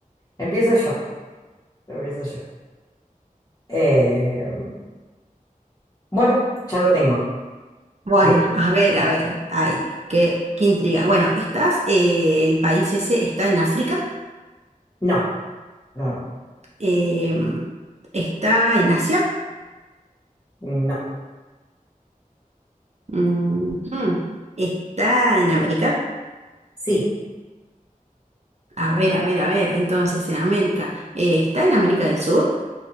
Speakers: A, on the left (about 25°); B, on the right (about 50°).
A: Empiezo yo, empiezo yo. Eh, bueno, ya lo tengo.
B: Bueno,
A: Que
B: a ver, a ver, ay, qué, qué intriga. Bueno, estás, eh, el país ese está en África,
A: no, no,
B: em, está en Asia,
A: no.
B: ujú, está en América.
A: Sí,
B: A ver, a ver, a ver, entonces en América, eh, está en América del Sur,